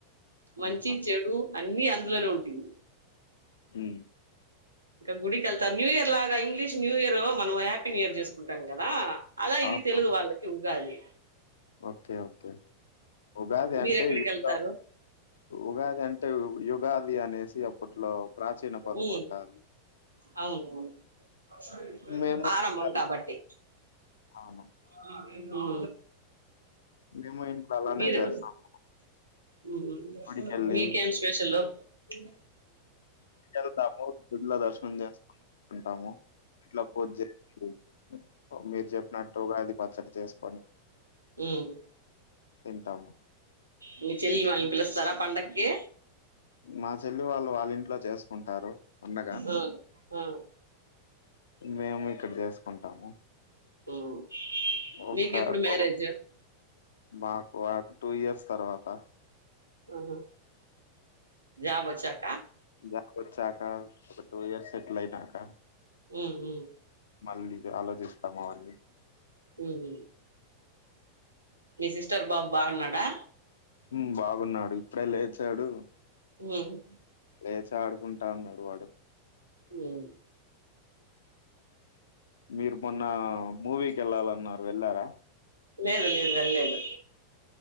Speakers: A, on the right; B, on the left.
A: మంచి
B: ఆహా
A: చెడు అన్ని అందులోనే ఉంటుంది
B: ఊ
A: గుడికెళ్తా న్యూ ఇయర్ లాగా ఇంగ్లీష్ న్యూ ఇయర్ మనం హ్యాపీ న్యూయర్ చేసుకుంటాం కదా అలా ఇది
B: ఆహా
A: తెలుగు వాళ్ళకి ఉగాది
B: ఓకే ఓకే ఉగాది
A: మీరెక్కడికి
B: అంటే యుగం
A: వెళ్తారు
B: ఉగాది అంటే యుగ యుగాది అనేసి అప్పట్లో ప్రాచీన పదం
A: ఉమ్
B: అంటారు
A: అవును అవును
B: మేము
A: ఆరంభం
B: ఇంకా
A: కాబట్టి
B: అవును
A: ఊ
B: మేము ఇంట్లో అలానే
A: మీరు
B: చేస్తాము
A: మ్మ్
B: గుడికెళ్ళి
A: మీకేం స్పెషలు ఇంగ
B: వెళ్తాము గుళ్ళో దర్శనం చేసుకుకుంటాము ఇంట్లో పూజ చేసుకొన్ మీరు చెప్పినట్టు ఉగాది పచ్చడి చేసుకొని
A: మ్మ్
B: తింటాము
A: మీ చెల్లిలి వాళ్ళని పిలుస్తారా పండక్కి
B: మా చెల్లి వాళ్ళు వాళ్ళ ఇంట్లో చేస్ కుంటారు పండగా
A: ఆ ఆ
B: మేము ఇక్కడ చేసుకుంటాము
A: ఉమ్
B: ఒక
A: మీకెప్పుడు మ్యారేజ్
B: ఓ మాక టూ ఇయర్స్ తర్వాత
A: మ్మ్ హు జాబ్ వచ్చాక
B: జాబ్ వచ్చాక ఒక టూ ఇయర్స్ సెటిల్ అయినాక
A: మ్మ్ హ్మ్
B: మళ్ళీ ఇగ ఆలోచిస్తాము అవన్నీ
A: మ్మ్ మీ సిస్టర్ బాబు బాగున్నాడా
B: మ్మ్ బాగున్నాడు ఇప్పుడే లేచాడు
A: మ్మ్
B: లేచ ఆడుకుంటాన్నడు, వాడు
A: నేను
B: మీరు, మొన్న మూవీకి వెళ్ళాలన్నారు, వెళ్ళారా?
A: లేదు లేదు వెల్లలేదు,